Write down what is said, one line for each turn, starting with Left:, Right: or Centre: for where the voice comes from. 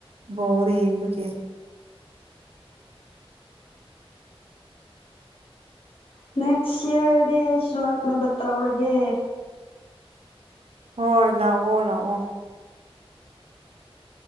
Right: ꯕꯣꯜ ꯌꯦꯡꯕꯒꯦ
Left: ꯅꯦꯛꯁ ꯏꯌꯔꯗꯤ ꯑꯩꯁꯨ ꯂꯥꯛꯅꯕ ꯇꯧꯔꯒꯦ
Right: ꯍꯣꯏ ꯂꯥꯛꯑꯣ ꯂꯥꯛꯑꯣ